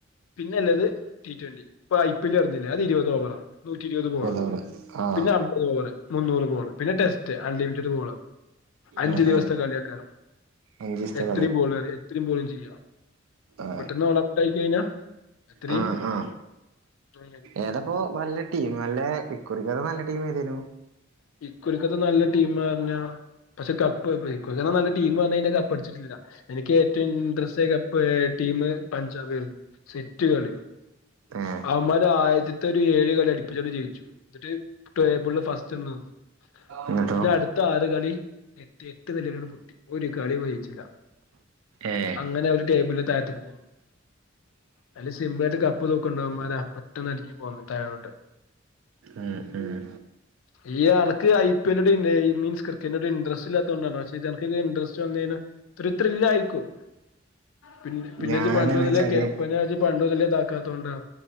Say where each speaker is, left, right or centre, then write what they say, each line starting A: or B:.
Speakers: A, on the left; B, on the right.
A: പിന്നെ ഇല്ലത് ടി ട്വന്റി ഇപ്പ ഐ പി എൽ നടന്നില്ലേ അത് ഇരുപത് ദോ പറ നൂറ്റി ഇരുപത് ബോള്
B: ഓവറ് ആഹ്
A: പിന്നെ അമ്പത് ഗോള് മുന്നൂറ് ഗോള് പിന്നെ ടെസ്റ്റ് അൺലിമിറ്റഡ് ഗോള് അഞ്ച്
B: ആഹ്
A: ദിവസത്തെ
B: ആഹ്
A: കളിയൊക്കെയാണ്
B: അഞ്ചീസത്തെ
A: എത്രയുംഗോള് ഇനി ബോളിംഗ് ചെയ്യാം
B: ആ
A: പെട്ടെന്ന് ഓൾ ഔട്ട് ആയി കഴിഞ്ഞാ എത്രയും
B: ആ ആ
A: അങ്ങനെ.
B: ഏതപ്പോ നല്ല ടീം നല്ല ഇക്കുറി വേറെ നല്ലടീം ഏതിനു?
A: ഇക്കുറിക്കത്ത് നല്ല ടീം പറഞ്ഞാ പക്ഷെ കപ്പ് <unintelligible> നല്ല ടീംവന്നെഞാ കപ്പ അടിച്ചിട്ടില്ല എനിക്ക് ഏറ്റവും interest cup team Punjab set കളി.
B: ഏ
A: അമര ആയിര ത്തൊരു ഏഴ് കളി അടി <unintelligible> ണ്ട് ജയിച്ചു എന്നിട്ട് ടേബിള ഫസ്റ്റ്ന്നു ന്നു
B: എന്നിട്ടോ
A: പിന്നെ അടുത്ത ആറ് കളി എട്ട് എട്ട് നിലേലാണ്ട് പൊട്ടി ഒരു കളി പോ ജയിച്ചില്ല
B: ഏ
A: അങ്ങനെ ഒരു ടേബിള്ന് താഴത്ത്ക്ക് പോന്നു അയില് സിംമ്പിളായിട്ട് കപ്പ് തോ ന്നവന്മാര് പെട്ടെന്ന് അടിഞ്ഞ് പോന്നു താഴോട്ട്
B: ഉം ഉം
A: ഈ ആൾക്ക് ഐ പി എല്ല് ടീംന് ഈ മീൻസ് ക്രിക്കറ്റിൻ്റെ ടീം ഇൻട്രസ്റ്റ് ഇല്ലാത്ത കൊണ്ടാണ് പക്ഷെ ഇജാൻത്തൊക്കെ ഇൻട്രസ്റ്റ് വന്ന് കഴിഞ്ഞാ ത്രി ത്രില്ല ആയിരിക്കും പിന്നെ പിന്നെ
B: ഞാനെന്ന്
A: ജ് പണ്ടു മുതലേ
B: വെച്ചാല്
A: കേ പിന്നെ പണ്ടുമുതലേ താ ക്കാത്തോണ്ട